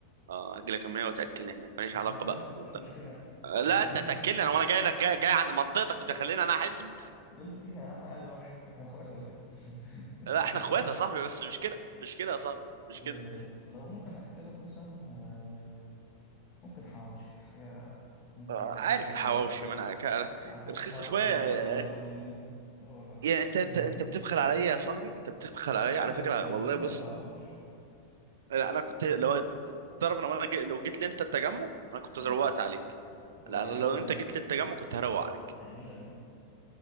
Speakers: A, on the right (about 60°); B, on the left (about 25°).
A: اه هاجي لك المنيا وتاكلني هناك ماليش
B: هتحاسب
A: علاقه بقى
B: أنت مفيش
A: انت
B: مشكلة
A: آه، لا
B: <laughs>
A: انت تاكلني انا وانا جاي لك جاي, جاي عند منطقتك وتخليني انا احزب
B: إيه اللي فيها يا عم قاعد واحد إحنا إخوات ولا إيه؟ <laughs>
A: لا احنا اخوات يا صاحبي بس مش كده مش كده يا صاحبي مش
B: إيه،
A: كده
B: لو ممكن أكلك مثلا آه، ممكن حواوشي حاجة ممكن
A: آه،
B: رخيصة
A: عارف
B: شوية
A: الحواوشي
B: فاهم
A: ما انا ك- أنا
B: عارف أنت
A: رخيصه
B: الحواوشي
A: شويه
B: أبو
A: آه،
B: عشرين جنيه هو ده
A: يعني انت
B: <laughs>
A: انت
B: مم.
A: انت بتبخل عليا يا صاحبي انت بتبخل عليا
B: نعمل
A: على فكره
B: إيه طيب
A: والله
B: الدنيا
A: بص
B: صعبة
A: لا، انا كنت لو تعرف لو انا جي... لو جيت لي انت التجمع
B: <laughs>
A: انا كنت
B: أه
A: زروقت عليك
B: طب
A: لا
B: أنا
A: أنا
B: أجيلك
A: لو
B: دلوقتي
A: انت جيت لي التجمع كنت هروق عليك
B: ده أنا أجيلك بقى